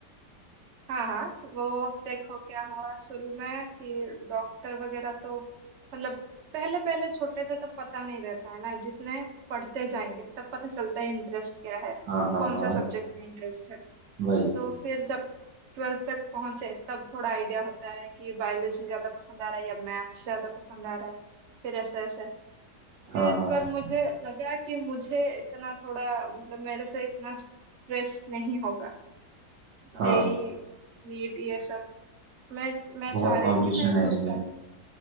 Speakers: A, on the right; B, on the right.
A: हाँ हाँ वो देखो क्या हुआ शुरू में कि डॉक्टर वगैरह तो मतलब पहले पहले छोटे थे तब पता नहीं रहता है ना जितने पढ़ते जाएंगे तब पता चलता है इंटरेस्ट क्या है
B: हाँ हाँ
A: कौन
B: हाँ
A: से सब्जेक्ट में इंटरेस्ट है
B: वही
A: तो फिर जब ट्वेल्थ तक पहुंचे तब थोड़ा आइडिया होता है कि बायोलॉजी ज्यादा पसंद आ रहा है या मैथ्स ज्यादा पसंद आ रहा है फिर ऐसे ऐसे
B: हाँ
A: फिर
B: हाँ
A: पर मुझे लगा कि मुझे इतना थोड़ा मतलब मेरे से इतना स्ट्रेस नहीं होगा
B: हाँ
A: जेई नीट ये सब मैं मैं
B: बहुत
A: चाह रही
B: कंपटीशन
A: थी मैं
B: है
A: दूसरा
B: इनमें